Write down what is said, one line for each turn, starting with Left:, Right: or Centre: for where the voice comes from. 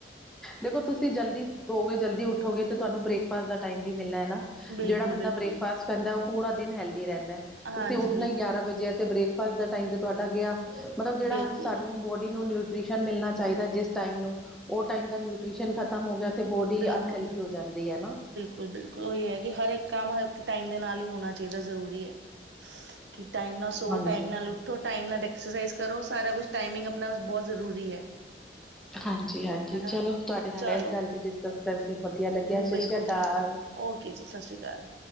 Centre: ਦੇਖੋ ਤੁਸੀਂ ਜਲਦੀ ਸੋ ਕੇ ਜਲਦੀ ਉੱਠੋਗੇ ਤੇ ਤੁਹਾਨੂੰ ਬ੍ਰੇਕਫਾਸਟ ਦਾ ਟਾਈਮ ਵੀ ਮਿਲਣਾ ਹੈ ਨਾ
Right: ਬਿਲਕੁਲ-ਬਿਲਕੁਲ
Centre: ਜਿਹੜਾ ਬੰਦਾ ਬ੍ਰੇਕਫਾਸਟ ਕਰਦਾ ਉਹ ਪੂਰਾ ਦਿਨ ਹੈਲਦੀ ਰਹਿੰਦਾ
Right: ਹਾਂਜੀ
Centre: ਤੁਸੀਂ ਉੱਠਣਾ ਹੀ ਗਿਆਰਾਂ ਵਜੇ ਤੇ ਬ੍ਰਕ ਬ੍ਰੇਕਫਾਸਟ ਦਾ ਟਾਈਮ ਤੇ ਤੁਹਾਡਾ ਗਿਆ ਮਤਲਬ
Right: ਬਿਲਕੁਲ-ਬਿਲਕੁਲ
Centre: ਜਿਹੜਾ ਸਾਨੂੰ ਬਹੁਤ ਇਹਨੂੰ ਨਿਊਟ੍ਰਸ਼ਨ ਮਿਲਣਾ ਚਾਹੀਦਾ ਜਿਸ ਟਾਇਮ ਨੂੰ ਉਹ ਟਾਈਮ ਦਾ ਨਿਊਟ੍ਰਿਸ਼ਨ ਖਤਮ ਹੋ ਗਿਆ। ਅਤੇ ਬੋਡੀ
Right: ਬਿਲਕੁਲ
Centre: ਅਨਹੈਲਦੀ ਹੋ ਜਾਂਦੀ ਹੈ ਨਾ।
Right: ਬਿਲਕੁਲ ਬਿਲਕੁਲ ਉਹੀ ਹੈ ਕਿ ਹਰ ਇੱਕ ਕੰਮ ਹਰ ਟਾਈਮ ਦੇ ਨਾਲ ਹੀ ਹੋਣਾ ਚਾਹੀਦਾ ਜ਼ਰੂਰੀ ਹੈ। ਕਿ ਟਾਈਮ ਨਾਲ ਸੋ
Centre: ਹਾਂਜੀ
Right: ਟਾਈਮ ਨਾਲ ਉੱਠੋ ਟਾਈਮ ਨਾਲ ਐਕਸਰਸਾਈਜ਼ ਕਰੋ। ਸਾਰਾ ਕੁਛ ਟਾਈਮਿੰਗ ਆਪਣਾ ਬਹੁਤ ਜ਼ਰੂਰੀ ਹੈ।
Centre: ਹਾਂਜੀ ਹਾਂਜੀ
Right: ਹਨਾ
Centre: ਚਲੋ ਤੁਹਾਡੇ ਨਾਲ
Right: ਚਲੋ
Centre: ਇਸ ਗੱਲ ਤੇ ਡਿਸਕਸ ਕਰਕੇ ਵਧੀਆ ਲੱਗਿਆ। ਸਤਿ
Right: ਬਿਲਕੁਲ
Centre: ਸ਼੍ਰੀ ਅਕਾਲ
Right: ਜੀ ਬਿਲਕੁਲ ਓਕੇ ਜੀ, ਸਤਿ ਸ਼੍ਰੀ ਅਕਾਲ।